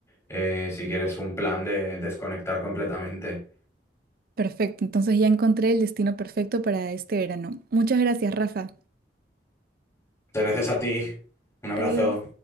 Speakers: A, on the left (about 15°); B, on the right (about 55°).
A: eh, si quieres, un plan de desconectar completamente.
B: Perfecto, entonces ya encontré el destino perfecto para este verano. Muchas gracias, Rafa.
A: Muchas gracias a ti. Un abrazo.
B: Adiós.